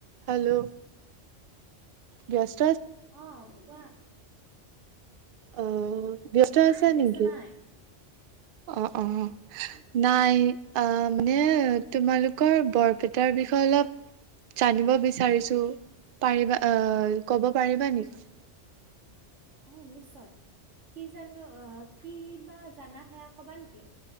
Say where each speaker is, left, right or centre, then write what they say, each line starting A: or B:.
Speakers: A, on the right; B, on the right.
A: Hello? Yes
B: অঁ কোৱা।
A: অহ ব্যস্ত
B: নাই
A: আছে
B: ব্যস্ত
A: নেকি?
B: নাই
A: অঁ অঁ নাই, আ মানে তোমালোকৰ বৰপেটাৰ বিষয়ে অলপ জানিব বিচাৰিছো, পাৰিবা আ ক'ব পাৰিবা নেকি?
B: অ, নিশ্চয়। কি জানো অ, কি? কিবা জানা সেয়া কবা নেকি?